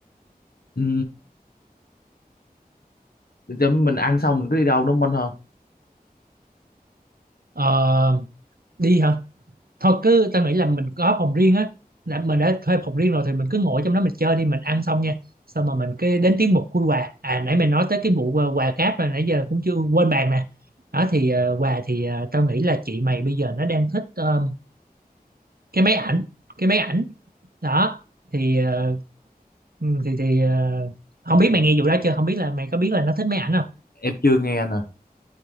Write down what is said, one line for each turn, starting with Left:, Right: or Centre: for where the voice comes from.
Left: ừ. Chứ mình ăn xong mình cứ đi đâu đúng không anh ha
Right: Ờ, đi hả thôi cứ tao nghĩ là mình có phòng riêng á là mình đã thuê phòng riêng rồi thì mình cứ ngồi trong đó mình chơi đi mình ăn xong nha xong mà mình cái đến tiết mục khui quà à nãy mày nói tới cái vụ ờ, quà cáp là nãy giờ cũng chưa quên bàn nè đó thì ờ, quà thì ờ, tao nghĩ là chị mày bây giờ nó đang thích ờ, cái máy ảnh cái máy ảnh đó thì ờ, ừ, thì thì ờ, không biết mày nghe vụ đó chưa không biết là mày có biết là nó thích máy ảnh không
Left: em chưa nghe nè. à